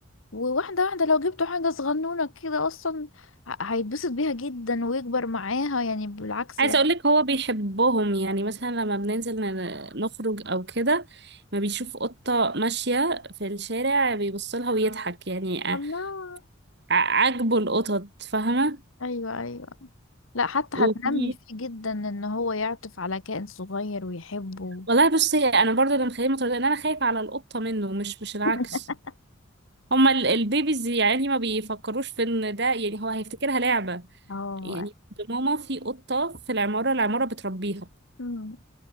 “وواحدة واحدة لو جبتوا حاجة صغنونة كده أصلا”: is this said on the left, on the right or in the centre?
Left